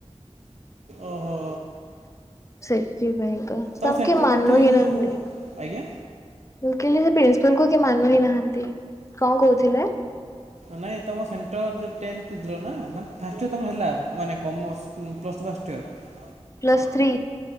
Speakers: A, on the right; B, on the left.
A: ଓହୋ।
B: ସେଥିପାଇଁକା
A: ତମ
B: ତାଙ୍କେ
A: ସେଣ୍ଟର
B: ମାନୁହିଁ
A: ପଡ଼ିଥିବ ଯେଉଁ
B: ନାହାନ୍ତି।
A: ଆଜ୍ଞା
B: ମୁଁ କହିଲି ସେପ୍ରିନ୍ସିପାଲକୁ କିଏ ମାନୁହିଁ ନାହାନ୍ତି କଁ କହୁଥିଲେ?
A: ନାଇଁ ତମ ସେଣ୍ଟର ଯେଉଁ ଟେନ୍ <unintelligible> ମାନେ ଫାଷ୍ଟଇଅର ତମର ହେଲା ମାନେ commerce plus two first year?
B: Plus three.